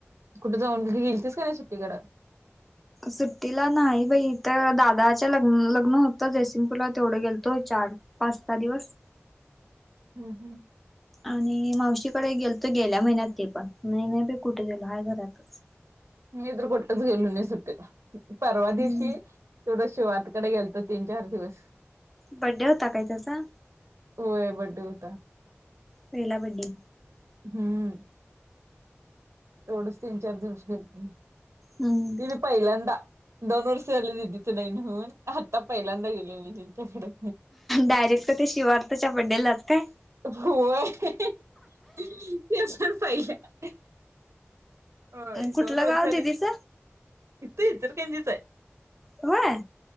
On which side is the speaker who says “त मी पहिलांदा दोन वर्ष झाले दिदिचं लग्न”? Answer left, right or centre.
Right